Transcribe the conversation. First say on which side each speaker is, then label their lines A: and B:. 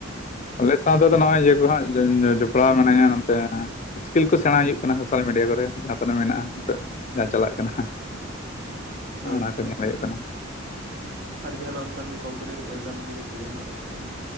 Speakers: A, on the left; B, on the right.
A: ᱟᱞᱮ ᱥᱟᱶᱛᱮ ᱫᱚ ᱱᱚᱜᱼᱚᱭ ᱤᱭᱟᱹ ᱠᱚᱦᱟᱸᱜ ᱡᱚᱯᱲᱟᱣ ᱢᱤᱱᱟᱹᱧᱟ ᱱᱚᱛᱮ ᱥᱠᱤᱞ ᱠᱚ ᱥᱮᱬᱟ ᱦᱩᱭᱩᱜ ᱠᱟᱱᱟ ᱥᱳᱥᱟᱞ ᱢᱤᱰᱤᱭᱟ ᱠᱚᱨᱮ ᱡᱟᱦᱟᱸ ᱛᱟᱱᱟᱜ ᱢᱮᱱᱟᱜᱼᱟ ᱱᱤᱛ ᱡᱟᱦᱟᱸ ᱪᱟᱞᱟᱜ ᱠᱟᱱᱟ ᱚᱱᱟ
B: ᱟᱪᱪᱷᱟ
A: ᱠᱚ ᱧᱮᱞ ᱦᱩᱭᱩᱜ ᱠᱟᱱᱟ
B: ᱟᱨ ᱡᱟᱦᱟᱱᱟᱜ ᱚᱱᱠᱟᱱ ᱠᱚᱢᱯᱤᱴᱤᱵᱷ ᱮᱠᱡᱟᱢ ᱤᱫᱤ ᱠᱟᱛᱮ ᱡᱟᱦᱟᱱᱟᱜ ᱚᱱᱠᱟᱱᱟᱜ?